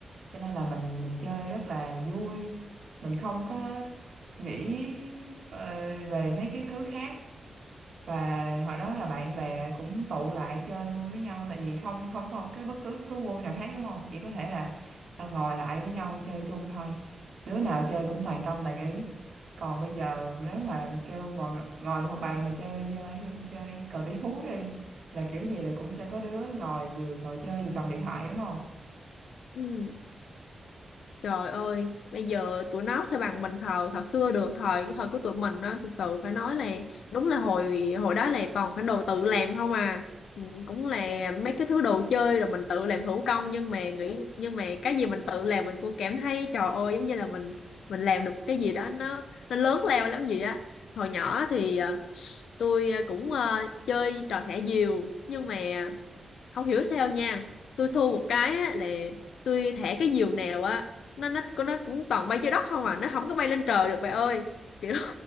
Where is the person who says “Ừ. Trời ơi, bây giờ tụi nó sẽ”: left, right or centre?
Left